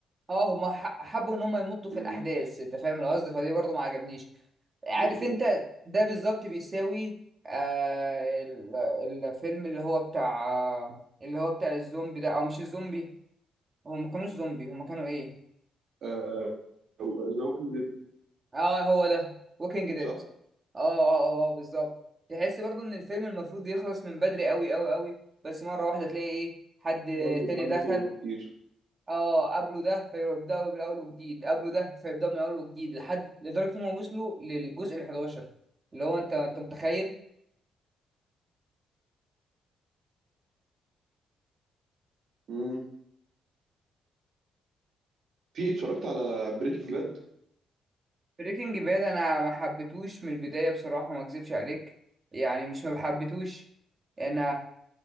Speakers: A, on the right; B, on the right.
A: اه هم حبوا ان هم يمطوا في
B: امم
A: الاحداث انت فاهم القصد فدي برضه ما عجبنيش عارف
B: بالظبط
A: انت ده بالظبط بيساوي آه ال- الفيلم اللي هو بتاع آه اللي هو بتاع الزومبي ده او مش الزومبي هو ما كانوش زومبي هما كانوا ايه
B: آه ذا ووكينج ديد
A: اه هو ده ووكينج ديد
B: صح
A: اه اه اه, آه بالظبط تحس برضه ان الفيلم المفروض يخلص من بدري قوي قوي قوي بس مرة واحدة تلاقي ايه حد
B: برضه
A: تاني
B: قعدوا
A: دخل
B: يطولوه كتير
A: اه قبله ده فيبدأوا من الاول وجديد قبله ده فيبدأوا من الاول وجديد لحد لدرجة انهم وصلوا للجزء ال 11 اللي هو انت انت متخيل
B: امم في اتفرجت على بريكنج باد
A: بريكنج باد انا ما حبيتهوش من البدايه بصراحه ما اكذبش عليك يعني مش ما حبيتهوش انا